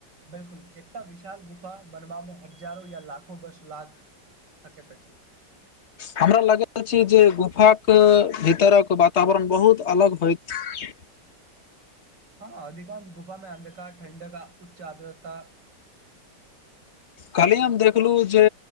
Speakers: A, on the right (about 80°); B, on the left (about 40°).
A: बिलकुल एकटा विशाल गुफा बनबामे हजारो या लाखो बर्ष लाख सकैत अछि
B: हमरा लागैत अछि जे के भीतरक वातावरण बहुत अलग होयइत
A: हँ अधिकांश गुफामे अन्धकार ठण्डका उच्च आदरता
B: काल्हि हम देखलहु जे